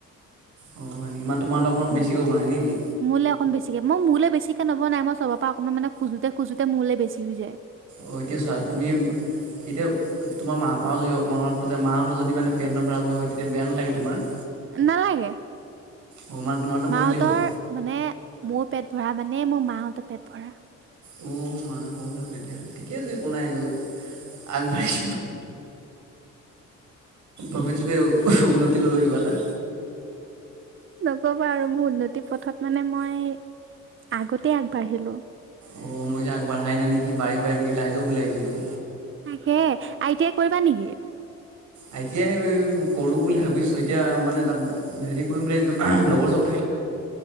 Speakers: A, on the right (about 70°); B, on the right (about 40°).
A: অ' হয় নিকি, মানে তোমালে অকন
B: উম
A: বেছিকৈ বনাই নেকি?
B: মোলে বেছিকে মই মোলে বেচিকে নবাই মই চব পৰা অকণমান মানে খোজোঁতে খোজোঁতে মোলে বেছি হৈ যায়।
A: অ', এতিয়া চোৱা তুমি এতিয়া তোমাৰ মাৰ পাও যদি অকমান অকমান খোজা মাহঁত যদি মানে পেট নভৰা আকৌ হয় তেতিয়া বেয়া নালাগে তোমাৰ?
B: নালাগে।
A: অ', মানে তোমাৰতো
B: মাহঁতৰ
A: ভৰিলেই হ'ল
B: মানে, মোৰ পেট ভৰা মানে মোৰ মাহঁতৰ পেট ভৰা।
A: অ', মা হ'ল আৰু তেতিয়া হ'লে ঠিকে আছে একো নাই। আগ বাৰিছ। ভৱিষ্যত উন্নতি কৰিব কিবা এটা।
B: নকবা আৰু মোৰ উন্নতিৰ পথত মানে মই আগতে আগবাঢ়িলো।
A: অ', মই যে আগবঢ়াই নাই নেকি বাঢ়ি পাই নেকি লাহেকেও বোলে আহিছিলোঁ।
B: সে আই টি আই কৰিবা নেকি?
A: আই টি আই কৰো বুলি ভাবিছো এতিয়া মানে তাত হেৰি কৰিম বুলি ভাবিছো, লগৰ-চগৰ